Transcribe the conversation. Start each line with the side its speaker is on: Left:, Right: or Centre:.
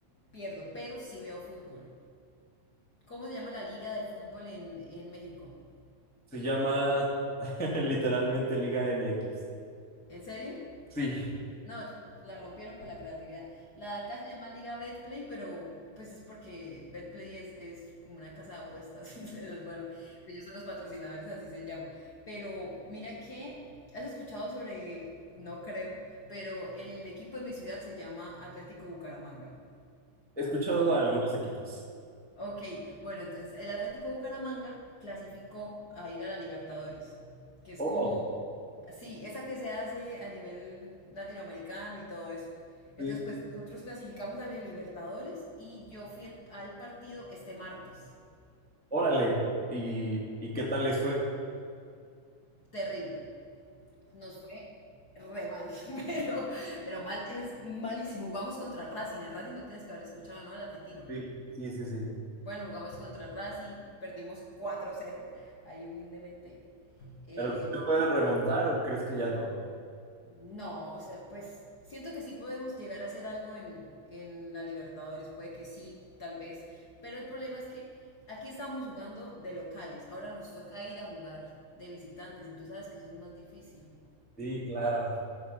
Left: pierdo, pero sí veo fútbol. ¿Cómo se llama la liga de fútbol en, en México?
Centre: Se llama <laughs> literalmente Liga MX.
Left: ¿En serio?
Centre: Sí.
Left: No, la rompieron con la creatividad. La de acá se llama Liga Betplay, pero pues es porque Betplay es, es como una casa de apuestas. <laughs> Entonces, bueno, pues, ellos son los patrocinadores, así se llama. Pero mira que, ¿has escuchado sobre, no creo, pero el equipo de mi ciudad se llama Atlético Bucaramanga?
Centre: He escuchado a algunos equipos.
Left: Ok, bueno, entonces el Atlético Bucaramanga clasificó a ir a la Libertadores, que es
Centre: Oh,
Left: como, sí, esa que se hace a nivel latinoamericano y todo eso.
Centre: sí,
Left: Entonces,
Centre: sí.
Left: pues nosotros clasificamos a la Libertadores y yo fui el- al partido este martes.
Centre: Órale. ¿Y, y qué tal les fue?
Left: Terrible. Nos fue re mal, <laughs> pero, pero mal es malísimo. Jugamos contra Racing. En Racing no tienes que haber escuchado, ¿no? El argentino.
Centre: sí, sí, sí, sí.
Left: Bueno, jugamos contra Racing, perdimos cuatro cero, ahí humildemente. Eh,
Centre: ¿Pero sí se puede remontar o crees que ya no?
Left: no, o sea, pues siento que sí podemos llegar a hacer algo en, en la Libertadores, puede que sí, tal vez, pero el problema es que aquí estamos jugando de locales, ahora nos toca ir a jugar de visitantes y tú sabes que eso es más difícil.
Centre: Sí, claro.